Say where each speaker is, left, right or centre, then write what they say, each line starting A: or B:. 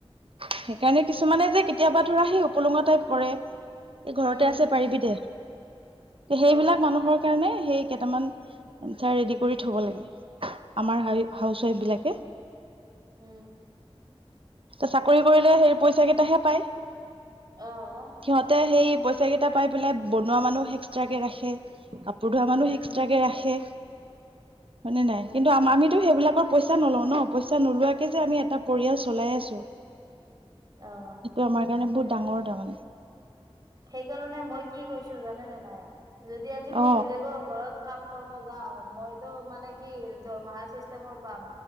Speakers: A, on the right; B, on the right.
A: সেইকাৰণে কিছুমানে যে কেতিয়াবা ধৰা সেই উপলুঙা টাইপ কৰে এই ঘৰতে
B: উম
A: আছে পাৰিবি দে সেইবিলাক
B: অ
A: মানুহৰ কাৰণে সেই কেইটামান চাৰ ৰেডি কৰি থব লাগে আমাৰ হ
B: উম
A: হাউচ ৱাইফ বিলাকে
B: উম
A: চাকৰি কৰিলে সেই পইচা কেইটাহে পায়
B: অ অ
A: সিহঁতে সেই পইচা কেইটা পাই পেলাই বনোৱা মানুহ এক্সট্ৰাক কেে ৰাখে কাপোৰ ধোৱা মানুহ
B: উম,
A: এক্সট্ৰাক কে ৰাখে হয়ানে নাই
B: উম,
A: কিন্তু আমিতো সেইবিলাকৰ পইচা নলও ন পইচা নোলোৱাকে যে আমি এটা পৰিয়াল চলাই আছো
B: অ',
A: সেইটো আমাৰ কাৰণে বহুত ডাঙৰ তাৰমানে
B: সেইকাৰণে মই কি কৈছো জানেনেে নাই যদি আজি মই
A: অ
B: বেলেগৰ ওৰত কাম কৰিব যাওঁ মইতো মানে কি দৰমহা চিষ্টেমৰ পাম